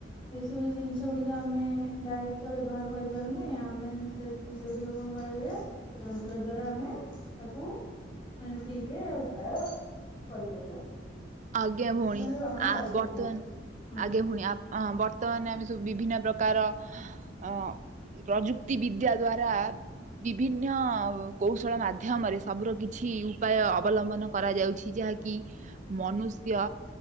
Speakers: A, on the left (about 25°); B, on the right (about 40°).
A: ଏଇସବୁ ଜିନିଷ ଗୁଡିକ ଆମେ ଡାଇରେକ୍ଟ ତ ବ୍ୟବହାର କରିପାରୁନେ ଆମେ ସେ ସେଗୁଡିକ କଣ କରିବା ଯନ୍ତ୍ର ଦ୍ଵାରା ଆମେ ତାକୁ ମାନେ ଠିକ ରେ ଉପାୟ କରିପାରିବା।
B: ଆଜ୍ଞା ଭଉଣୀ
A: ମାନେ ଗ୍ରହଣ
B: ଆ
A: କରିପାରିବା
B: ବର୍ତ୍ତମାନ
A: ହଁ।
B: ଆଜ୍ଞା ଭଉଣୀ ଅ ବର୍ତ୍ତମାନ ଆମେ ସବୁ ବିଭିନ୍ନ ପ୍ରକାର ଅ ପ୍ରଯୁକ୍ତି ବିଦ୍ୟା ଦ୍ଵାରା ବିଭିନ୍ନ କୌଶଳ ମାଧ୍ୟମରେ ସବୁର କିଛି ଉପାୟ ଅବଲମ୍ବନ କରାଯାଉଛି ଯାହାକି କି ମନୁଷ୍ୟ